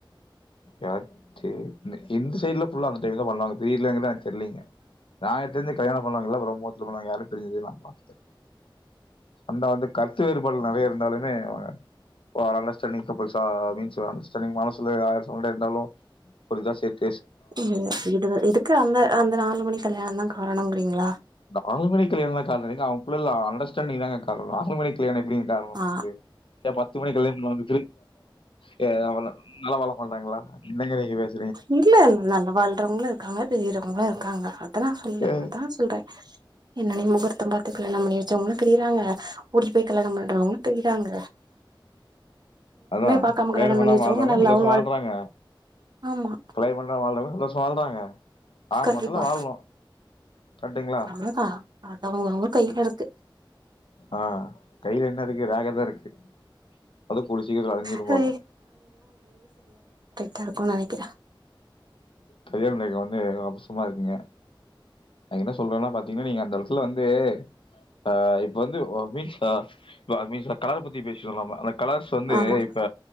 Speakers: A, on the left; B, on the right.
A: யார் செரி இந்து சைடுல ஃபுல்லா அந்த ஸ்டைல்தா பண்ணுவாங்க <unintelligible> இல்லிங்க ஞாயத்தருந்து கல்யாணோ பண்ணுவாங்கள ரொம்ப பிரம்ம முகூர்த்தத்துல பண்ண யாரு பிரிஞ்சே நா பாத்தது இல்ல அந்த அந்த கருத்து வேறுபாடு நெறைய இருந்தாலுமே ஒரு அண்டர்ஸ்டேண்டிங் கப்புல்ஸா மீன்ஸ் அண்டர்ஸ்டேண்டிங் மீன்ஸ் சண்ட இருந்தாலு ஒரு இதா சேட்
B: ம் இது இதுக்கு அந்த அந்த நாலு மணி கல்யாணந்தா காரணங்கிறீங்களா
A: இந்த நாலு மணி கல்யாணோல்லா காரணமோ இல்லிங்க அவங்குள்ள உள்ள அண்டர்ஸ்டாண்டிங்தாங்க காரணோ நாலு மணி கல்யாணோ எப்டிங்க காரணோ
B: ஆ
A: அப்டிய ஏ பத்து மணி கல்யாணோ <unintelligible> நல்லா வாழமாட்டாங்களா என்னங்க நீங்க பேஸ்
B: இல்ல இல்ல நல்லா வாழ்றவங்களு இருக்காங்க பிரிறவங்களு இருக்காங்க அதல்லா சொல்ல
A: அ
B: அதா சொல்ற என்னன்ன முகூர்தம் பாத்து கல்யாணம் பண்ணி வெச்சவங்களு பிரியிறாங்க ஓடி போய் கல்யாணம் பண்றவங்களு பிரியிறாங்க
A: அதா
B: பாக்காம
A: கல்யாணம் பண்ணாம
B: பண்ணி வச்சவங்க
A: வாழ்றவங்களு
B: நல்லாவு
A: சந்தோசமா வாழ்றாங்க
B: ஆமா
A: கல்யாணோ பண்ணிம வாழ்றவங்களு சந்தோஷ் சொல்றாங்க ஆக
B: கண்டிப்பா
A: மொத்தத்துல வாழணு கர்டுங்களா
B: அவ்ளோதா அது அவங்கஅ வங்க கையிலருக்கு
A: ஆ கையில என்னருக்கு ரேகதா இருக்கு அது கூடி சீக்கிரோ அலிஞ்சிரு
B: அது
A: போல
B: தெரக்குன் நெனைக்கிற
A: கயல் நீங்க வந்து அம்சமா இருக்கீங்க என்ன சொல்றனா பாதீங்கன்னா நீங்க அந்த எடத்துல வந்து ஆ இப்ப வந்து மீன் அ மீ கலர பத்தி பேசுலாமா கலாஸ் வந்து
B: ஆமா
A: இப்ப